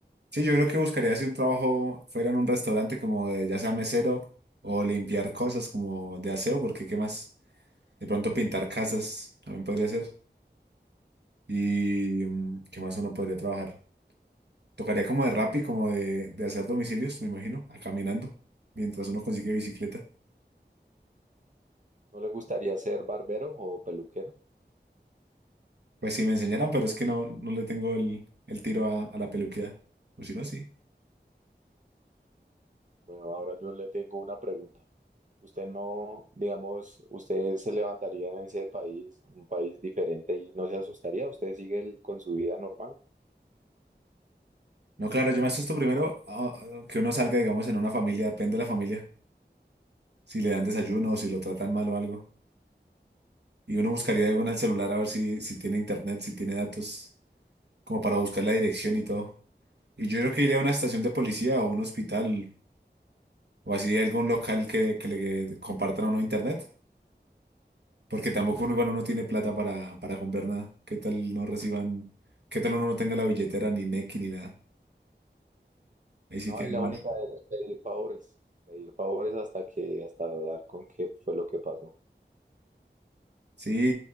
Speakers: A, on the right; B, on the right.
A: Sí, yo creo que buscaría si un trabajo fuera en un restaurante como de, ya sea mesero o limpiar cosas como de aseo, porque qué más, de pronto pintar casas también podría ser. Y mm, qué más uno podría trabajar. Tocaría como de Rappi, como de, de hacer domicilios, me imagino, a caminando, mientras uno consigue bicicleta.
B: ¿No le gustaría ser barbero o peluquero?
A: Pues si me enseñaran, pero es que no, no le tengo el, el tiro a, a la peluquía. O si no, sí.
B: Bueno, ahora yo le tengo una pregunta. ¿Usted no, digamos, usted se levantaría en ese país, un país diferente y no se asustaría? ¿Usted sigue el- con su vida normal?
A: No, claro, yo me asusto primero ah, ah, que uno salga, digamos, en una familia, depende de la familia. Si le dan desayuno o si lo tratan mal o algo. Y uno buscaría algo en el celular a ver si, si tiene internet, si tiene datos, como para buscar la dirección y todo. Y yo creo que iría a una estación de policía o un hospital o así algún local que, que le compartan a uno internet Porque tampoco uno, igual uno tiene plata para, para comprar nada. ¿Qué tal no reciban? ¿Qué tal uno no tenga la billetera ni Nequi ni nada? Ahí sí
B: No,
A: queda
B: es la
A: mal.
B: única de pedir favores, pedir favores hasta que, hasta dar con qué fue lo que pasó.
A: Sí,